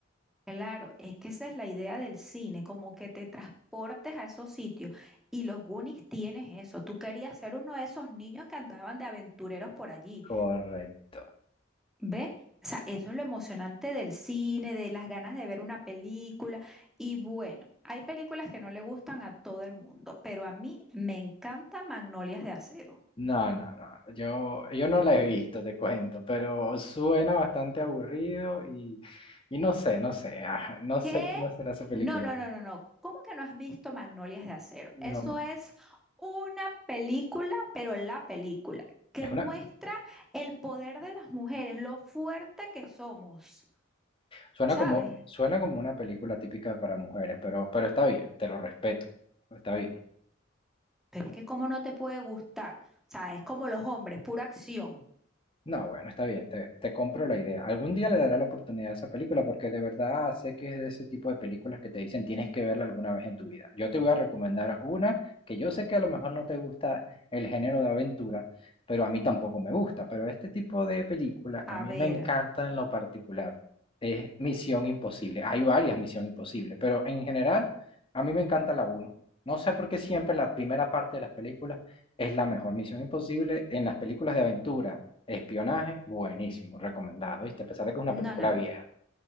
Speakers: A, in the centre; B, on the left.
A: Claro, es que esa es la idea del cine, como que te transportes a esos sitios y los Goonies tienes eso. Tú querías ser uno de esos niños que andaban de aventureros por allí.
B: Correcto.
A: ¿Ve? O sea, eso es lo emocionante del cine, de las ganas de ver una película. Y bueno, hay películas que no le gustan a todo el mundo, pero a mí me encanta Magnolias de Acero.
B: No, no, no. Yo, yo no la he visto, te cuento, pero suena bastante aburrido y, y no sé, no sé, ah, no sé
A: ¿Qué?
B: cómo será esa película.
A: No, no, no, no, no. ¿Cómo que no has visto Magnolias de Acero?
B: No,
A: Eso es una película, pero la película, que
B: es
A: muestra
B: una,
A: el poder de las mujeres, lo fuerte que somos,
B: suena
A: ¿sabes?
B: como, suena como una película típica para mujeres, pero, pero está bien, te lo respeto, está bien.
A: Pero es que cómo no te puede gustar. O sea, es como los hombres, pura acción.
B: No, bueno, está bien, te, te compro la idea. Algún día le daré la oportunidad a esa película porque de verdad sé que es de ese tipo de películas que te dicen tienes que verla alguna vez en tu vida. Yo te voy a recomendar una que yo sé que a lo mejor no te gusta el género de aventura, pero a mí tampoco me gusta. Pero este tipo de película
A: A
B: a mí
A: ver,
B: me encanta en lo particular. Es Misión Imposible. Hay varias Misión Imposible, pero en general a mí me encanta la uno. No sé por qué siempre la primera parte de las películas es la mejor. Misión Imposible en las películas de aventura. Espionaje, buenísimo, recomendado, ¿viste? A pesar de que es una
A: no,
B: película
A: no, no.
B: vieja.